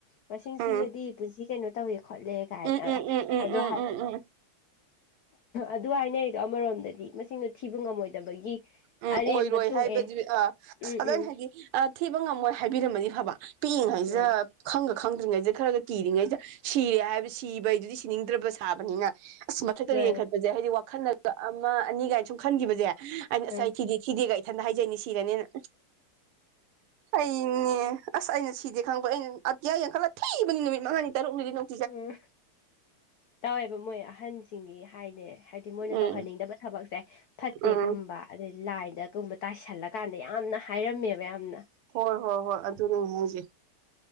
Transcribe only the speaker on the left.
ꯃꯁꯤꯡ
ꯊꯤꯕꯗꯤ ꯄꯨꯟꯁꯤ ꯀꯩꯅꯣ ꯇꯧꯋꯦ ꯈꯣꯠꯂꯦ ꯒꯥꯏꯅꯒ
ꯑꯗꯣ
ꯍꯥꯏ
ꯑꯗꯨ ꯍꯥꯏꯅꯔꯤꯗꯣ ꯑꯃꯔꯣꯝꯗꯗꯤ ꯃꯁꯤꯡꯗꯣ ꯊꯤꯕ ꯉꯝꯃꯣꯏꯗꯕꯒꯤ
ꯑꯔꯦꯝꯕ
ꯇꯣꯛꯑꯦ
ꯎꯝ
ꯎꯝ
ꯎꯝ
ꯃꯥꯅꯦ
ꯑꯥ
ꯎꯝ ꯇꯧꯋꯦꯕ ꯃꯣꯏ ꯑꯍꯟꯁꯤꯡꯒꯤ ꯍꯥꯏꯅꯦ ꯍꯥꯏꯗꯤ ꯃꯣꯏꯅ
ꯇꯧꯍꯟꯅꯤꯡꯗꯕ ꯊꯕꯛꯁꯦ ꯐꯠꯇꯦꯒꯨꯝꯕ
ꯑꯗꯩ ꯂꯥꯏꯗꯒꯨꯝꯕ ꯇꯥꯏꯁꯜꯂꯀꯥꯟꯗ ꯌꯥꯝꯅ ꯍꯥꯏꯔꯝꯃꯦꯕ ꯌꯥꯝꯅ